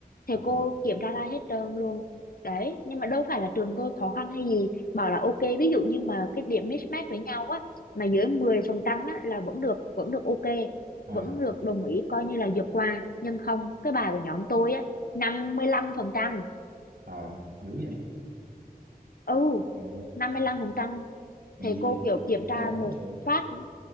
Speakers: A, on the left; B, on the right.
A: thầy
B: ờ
A: cô kiểm tra ra hết trơn luôn đấy nhưng mà đâu phải là trường tôi khó khăn hay gì bảo là ok ví dụ như mà cái điểm mismatch với nhau á mà dưới 10 phần trăm á là vẫn được vẫn được ok
B: ờ.
A: vẫn được đồng ý coi như là vượt qua nhưng không cái bài của nhóm tôi á năm mươi lăm phần trăm
B: Ờ, dữ vậy.
A: ừ
B: Ờ,
A: năm mươi lăm phần trăm
B: vậy
A: thầy cô
B: thì
A: kiểu kiểm tra
B: tao tránh
A: một
B: được.
A: phát